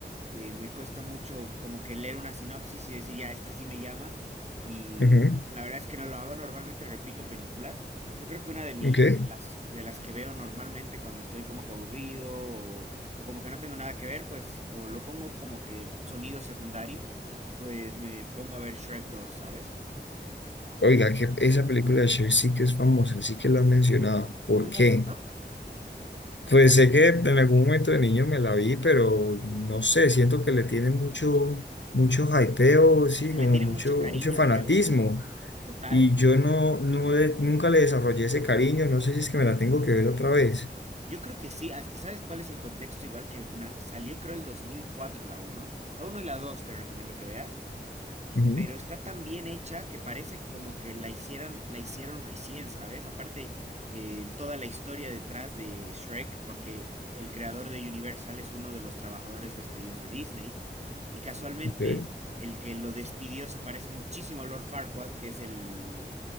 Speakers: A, on the right; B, on the left.
A: Eh, me cuesta mucho como que leer una sinopsis y decir, ya, esta sí me llama. Y
B: Ujú,
A: la verdad es que no lo hago. Normalmente repito películas. Yo creo que una de mis,
B: ok.
A: de las, de las que veo normalmente cuando estoy como que aburrido o, o como que no tengo nada que ver, pues, o lo pongo como que sonido secundario, pues me pongo a ver Shrek dos, ¿sabes?
B: Oiga, que esa película de Cher sí que es famosa, sí que la han mencionado. ¿Por
A: ¿Nunca
B: qué?
A: has visto?
B: Pues sé que en algún momento de niño me la vi, pero no sé, siento que le tiene mucho, mucho hypeo, sí,
A: Que se
B: como
A: le tiene
B: mucho,
A: mucho cariño,
B: mucho fanatismo.
A: creo. Total.
B: Y yo no, no le- nunca le desarrollé ese cariño, no sé si es que me la tengo que ver otra vez.
A: Yo creo que sí, es que sabes cuál es el contexto, igual que na- salió creo el 2004 la uno la uno y la 2 te recomiendo que veas,
B: Ujú,
A: pero está tan bien hecha que parece como que la hicieran, la hicieron recién, ¿sabes? Aparte, eh, toda la historia detrás de Shrek, porque el creador de Universal es uno de los trabajadores despedidos de Disney, y casualmente
B: ok.
A: el que lo despidió se parece muchísimo a Lord Farquaad, que es el,